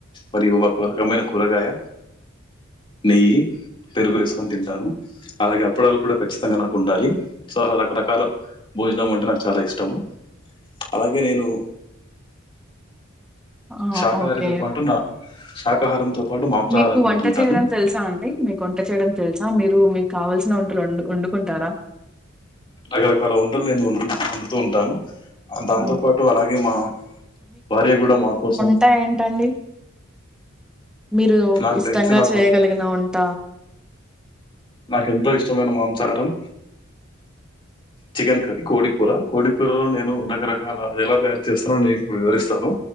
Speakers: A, on the left; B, in the centre.
A: మరియు ఒక రకమైన కూరగాయ నెయ్యి పెరుగు ఏసుకొని తింటాను అలాగే అప్పడాలు కూడా ఖచ్చితంగా నాకు ఉండాలి చాలా రకరకాల భోజనం అంటే నాకు చాలా ఇష్టము అలాగే నేను
B: ఆ
A: శాకాహారితో
B: ఓకే
A: పాటు నా శాకాహారంతో పాటు మాంసాహారం
B: మీకు
A: కూడా
B: వంట
A: తింటాను
B: చేయడం తెలుసా అండి మీకు వంట చేయడం తెలుసా మీరు మీకు కావాల్సిన వంటలు వం వండుకుంటారా
A: రకరకాల వంటలు నేను వం వండుతూ ఉంటాను దాంతో
B: ఆహా!
A: పాటు అలాగే మా భార్య గూడా మా కోసం
B: ఇంకా ఏంటండి మీరు
A: నాకు
B: ఇష్టంగా
A: తెలిసిన
B: చేయగలిగిన వంట
A: నాకు ఎంతో ఇష్టమైన మాంసాహారం చికెన్ కర్రీ కోడికూర కోడికూర లో నేను రకరకాల ఎలా తయారు చేస్తానో నేను ఇప్పుడు వివరిస్తాను